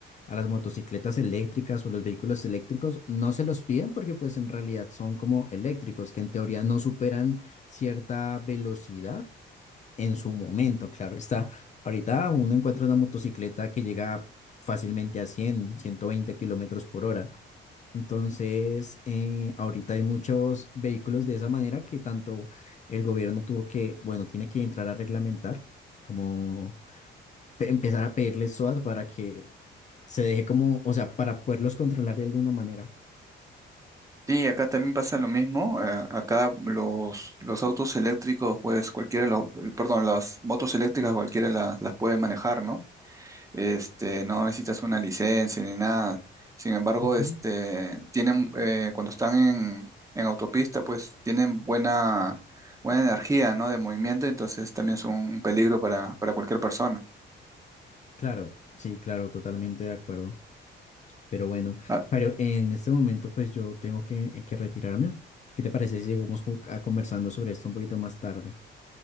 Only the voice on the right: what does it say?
Y acá también pasa lo mismo. eh, acá los, los autos eléctricos, pues cualquiera, lo- perdón, las motos eléctricas cualquiera las, las puede manejar, ¿no? este, no necesitas una licencia ni nada. Sin embargo,
este, tienen, eh, cuando están en, en autopista, pues tienen buena, buena energía, ¿no? De movimiento, entonces también son un peligro para, para cualquier persona.
Ah,